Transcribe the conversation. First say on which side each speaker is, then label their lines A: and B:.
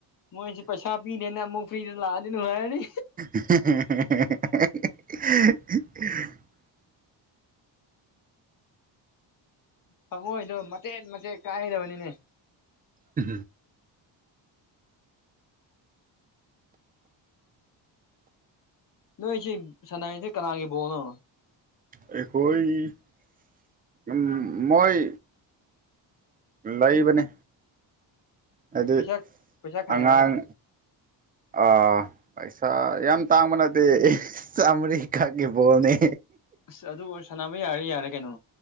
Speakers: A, on the left (about 45°); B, on the right (about 20°).
A: ꯃꯣꯏꯁꯤ ꯄꯩꯁꯥ ꯄꯤꯗꯦꯅ ꯑꯃꯨꯛ ꯐ꯭ꯔꯤꯗ ꯂꯥꯛꯑꯗꯤ ꯅꯨꯡꯉꯥꯏꯔꯅꯤ
B: <inaudible> <inaudible> <inaudible>
A: ꯊꯃꯣꯏꯗꯣ ꯃꯇꯆꯦꯠ ꯃꯆꯦꯠ ꯀꯥꯏꯗꯕꯅꯤꯅꯦ
B: ꯎ
A: ꯅꯣꯏꯁꯤꯦ ꯁꯅꯥꯏꯁꯦ ꯀꯅꯥꯒꯤꯕꯣꯅꯣ
B: ꯑꯩꯈꯣꯏꯝ ꯃꯣꯏ ꯂꯩꯕꯅꯦ ꯍꯥꯏꯗꯤ
A: ꯄꯩꯁꯥ ꯄꯩꯁꯥ ꯈꯥꯏꯅꯔꯒ
B: ꯑꯉꯥꯡ ꯑꯥ ꯄꯩꯁꯥ ꯌꯥꯝ ꯇꯥꯡꯕ ꯅꯠꯇꯦ ꯆꯥꯝꯔꯤꯀꯥꯒꯤ ꯕꯣꯅꯤ
A: ꯑꯁ ꯑꯗꯨ ꯑꯣꯏꯔ ꯁꯥꯟꯅꯕ ꯌꯥꯔꯦ ꯌꯥꯔꯦ ꯀꯩꯅꯣ